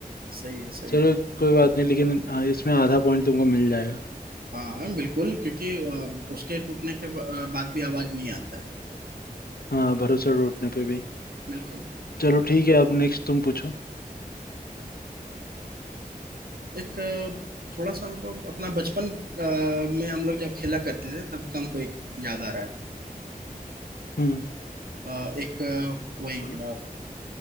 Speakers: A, on the right (about 75°); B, on the left (about 75°).
A: सही है सही
B: चलो
A: है
B: कोई बात नहीं लेकिन आ, इसमें आधा पॉइंट तुमको मिल जाएगा
A: हाँ बिल्कुल क्योंकि आ, उसके टूटने के बा- आ, बाद भी आवाज नहीं आता है
B: हाँ भरोसा टूटने पे भी
A: बिल्कुल
B: चलो ठीक है अब नेक्स्ट तुम पूछो
A: एक अ, थोड़ा सा हमको अपना बचपन अ, में हम लोग जब खेला करते थे तब का हमको एक याद आ रहा है
B: हम्म
A: अ, एक अ, वही
B: बोलो
A: अ,